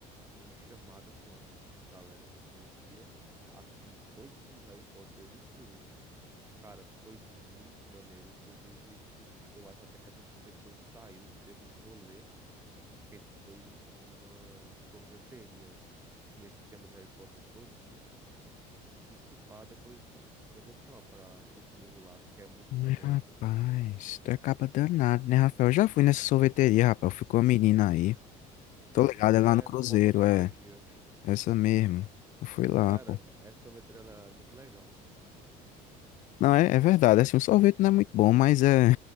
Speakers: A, on the right; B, on the left.
A: em chamada com a galera que eu conhecia, assistindo todos os filmes de Harry Potter um por um. Cara, foi muito maneiro. Inclusive, eu acho até que a gente depois saiu, teve um rolê, que a gente foi em uma sorveteria que tinha esse tema de Harry Potter todinho. Que se pá, depois eu vou te chamar pra ir comigo lá, que é muito
B: Mas,
A: maneiro,
B: rapaz,
A: pô.
B: tu é caba danado, né, Rafael? Eu já fui nessa sorveteria, rapaz. Ficou a menina aí.
A: Tu
B: Tô
A: já
B: ligado,
A: foi?
B: é lá
A: É
B: no Cruzeiro,
A: Porta da Magia.
B: é. Essa mesmo. Eu fui lá,
A: Cara,
B: pô.
A: é, essa sorveteria ela é muito legal.
B: Não, é, é verdade. Assim, o sorvete não é muito bom, mas é,